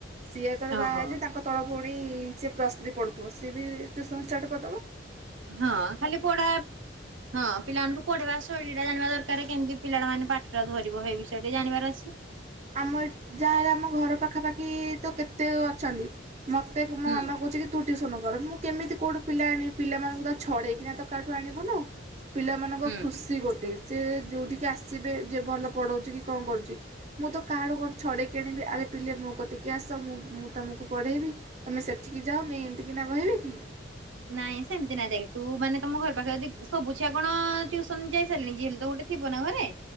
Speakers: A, on the right; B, on the right.
A: ସିଏ ଯେତୋଳେ
B: ଓହୋ
A: ବାହା ହେଇଯିବେ ତାଙ୍କ ତଳ ଭୋଉ ବି ସିଏ ପ୍ଲସ୍ ଥ୍ରୀ ପଢ଼ୁଥୁବ ସିଏ ବି ଟ୍ୟୁସନ୍ ଷ୍ଟାର୍ଟ କରିଦବ।
B: ହଁ ଖାଲି ପଢ଼ା ହଁ ପିଲାମାନଙ୍କୁ ପଢ଼େଇବା ଶୈଳୀ ଲା ଜାଣିବା ଦରକାରେ କେମତି ପିଲାଟା ମାନେ ପାଠଟା ଧରି ବ ହେଇ ବିଷୟରେ ଟିକେ ଜାଣିବାର ଅଛି।
A: ଆମ ଏଠି ଯାହା ହେଲେ ଆମ ଘର ପାଖାପାଖି ତ କେତେ ଅଛନ୍ତି। ମତେ ମୋ
B: ହୁଁ
A: ମାମା କୋହୁଚି କି ତୁ ଟିଉସନ କର ମୁଁ କେମିତି କୋଉଠୁ ପିଲା ଆଣିବି ପିଲାମାନଙ୍କୁ ତ ଛଡେଇକିନା ତ କାଠୁ ଆଣିବୁନୁ। ପିଲାମାନଙ୍କ
B: ହୁଁ
A: ଖୁସି
B: ହୁଁ
A: ଗୋଟେ ସେ ଯଉଠିକି ଆସିବେ ଯେ ଭଲ ପଢ଼ଉଛି କି କଣ କରୁଛି? ମୁଁ ତ କାହାଡୁ କଣ ଛଡ଼େଇକି ଆଣିବି ଆରେ ପିଲେ ମୋ କତିକି ଆସ ମୁଁ ମୁଁ ତୁମକୁ ପଢ଼େଇବି ତୁମେ ସେଠିକି ଯାଅନି। ଏମତିକିନା କହିବି କି
B: ନାଇଁ ସେମିତି ନାଇଁ ଦେଖ ତୁ ମାନେ ତମ ଘର ପାଖରେ ଯଦି ସବୁ ଛିଆ କଣ ଟିଓସନ ଯାଇ ସାରିଲେନି ଯିଏ ହେଲେ ତ ଗୋଟେ ଥିବ ନା ଘରେ